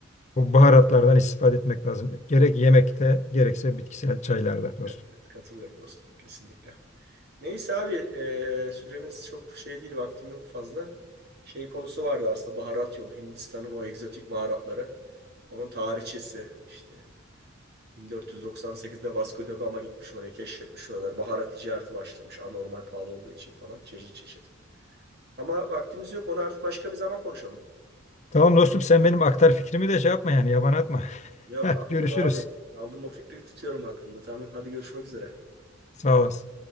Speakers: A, on the left; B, on the right.
A: bu baharatlardan istifade etmek lazım. Gerek yemekte gerekse bitkisel çaylarda dostum.
B: Evet, evet katılıyorum dostum. Kesinlikle. Neyse abi e, süremiz çok şey değil. Vaktim yok fazla. Şey konusu vardı aslında baharat yolu. Hindistan'ın o egzotik baharatları. Onun tarihçesi işte 1498'de Vasco da Gama gitmiş oraya keşfetmiş oralar. Baharat ticareti başlamış anormal pahalı olduğu için falan çeşit çeşit. Ama vaktimiz yok onu artık başka bir zaman konuşalım.
A: Tamam dostum sen benim aktar fikrimi de şey yapma yani yaban atma.
B: Yok
A: <laughs>
B: aldım
A: Görüşürüz.
B: abi. Aldım o fikri tutuyorum aklımda. Tamam hadi görüşmek üzere.
A: Sağ olasın.